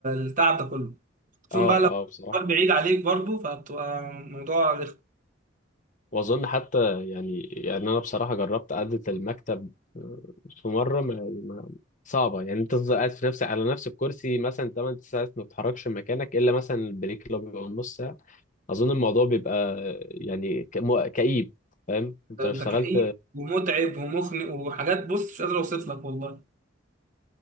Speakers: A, on the right; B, on the left.
A: للتعب ده كله خصوصا
B: اه
A: بقى لو
B: اه بصراحه
A: الحوار بعيد عليك برضو فبتبقى موضوع رخ-
B: واظن حتى يعني يعني انا بصراحه جربت قعده المكتب آه، في مره ما ما- صعبه يعني انت تفضل قاعد في نفسك على نفس الكرسي مثلا 8 ساعات ما بتتحركش من مكانك الا مثلا البريك اللي هو بيبقى نص ساعه اظن الموضوع بيبقى يعني ك- مو- كئيب فاهم انت لو اشتغلت
A: ده كئيب ومتعب ومخنق وحاجات بص مش قادر اوصف لك والله